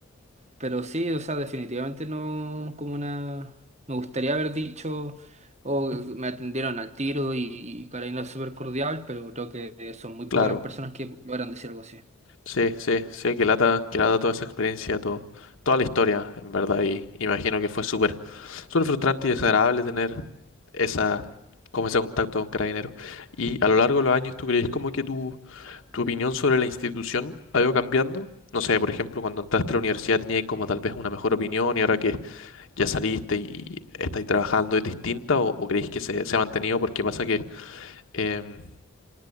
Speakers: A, on the right (about 30°); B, on the left (about 60°).
A: Pero sí, o sea, definitivamente no como una. Me gustaría haber dicho o me atendieron al tiro y, y Karina es súper cordial, pero creo que son muy
B: claro.
A: pocas las personas que logran decir algo así.
B: Sí, sí, sí, que lata, que lata toda esa experiencia, todo, toda la historia, en verdad, y imagino que fue súper Suele frustrante y desagradable tener esa, como ese contacto con Carabineros. Y a lo largo de los años, ¿tú crees como que tu, tu opinión sobre la institución ha ido cambiando? No sé, por ejemplo, cuando entraste a la universidad tenías como tal vez una mejor opinión y ahora que ya saliste y estáis trabajando es distinta o, o creéis que se, se ha mantenido porque pasa que em,